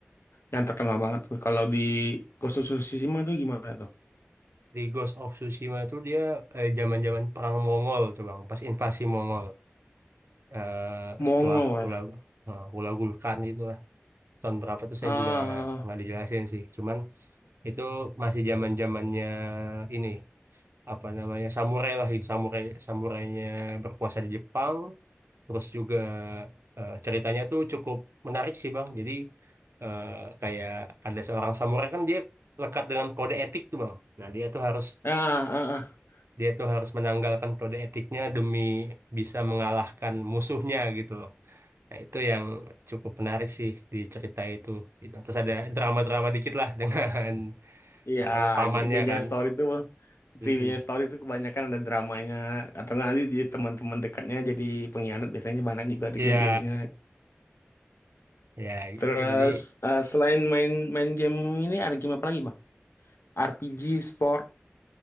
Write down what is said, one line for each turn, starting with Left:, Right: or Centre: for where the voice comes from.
Left: yang terkenal banget tuh. Kalau di Ghost of Tsushima tuh gimana tuh?
Right: di Ghost of Tsushima tuh dia eh, zaman-zaman perang Mongol tuh bang, pas invasi Mongol. Eh,
Left: Mongol
Right: setelah Hula
Left: ya.
Right: eh, Hula Gulkan itulah tahun berapa tuh saya
Left: Ah,
Right: juga nggak dijelasin sih. Cuman itu masih zaman-zamannya ini. apa namanya samurai lah gitu samurai samurainya berkuasa di Jepang terus juga eh, ceritanya tuh cukup menarik sih bang jadi eh, kayak ada seorang samurai kan dia lekat dengan kode etik tuh bang nah dia tuh harus
Left: ah, ah, ah.
Right: dia tuh harus menanggalkan kode etiknya demi bisa mengalahkan musuhnya gitu loh nah itu yang cukup menarik sih di cerita itu gitu terus ada drama-drama dikit lah dengan <laughs>
Left: Iya,
Right: apa namanya pamannya
Left: ge- game-game
Right: kan
Left: story tuh,
Right: Mm-mm.
Left: game story tuh kebanyakan ada dramanya atau nggak nanti di teman-teman dekatnya jadi pengkhianat biasanya banyak juga ada
Right: Iya
Left: game-gamenya.
Right: ya
Left: Terus
Right: gitu jadi
Left: eh, selain main main game ini ada game apa lagi, Bang? RPG, sport.